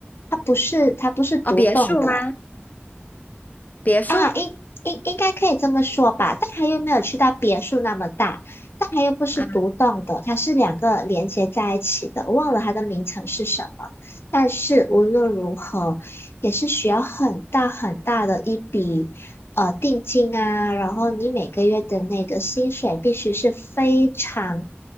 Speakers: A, on the left; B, on the left.
A: 它不是它不是独栋的，
B: 哦，别墅吗？别墅
A: 啊，应应应该可以这么说吧，但它又没有去到别墅那么大，但它又不是独栋的，
B: 啊，
A: 它是两个连接在一起的，我忘了它的名称是什么。但是无论如何，也是需要很大很大的一笔呃定金啊，然后你每个月的那个薪水必须是非常